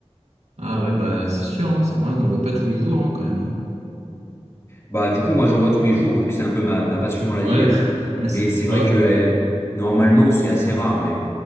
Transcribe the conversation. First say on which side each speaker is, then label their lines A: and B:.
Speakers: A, on the right; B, on the left.
A: Ah ouais, bah c'est sûr, hein, ça, en vrai, on n'en voit pas tous les jours, hein, quand même. hein.
B: Bah, du coup, moi, j'en vois tous les jours, vu que c'est un peu ma, ma passion dans
A: Ouais,
B: la vie.
A: <laughs> ouais,
B: Mais
A: c'est-
B: c'est vrai
A: bah,
B: que euh, normalement, c'est assez rare, ouais.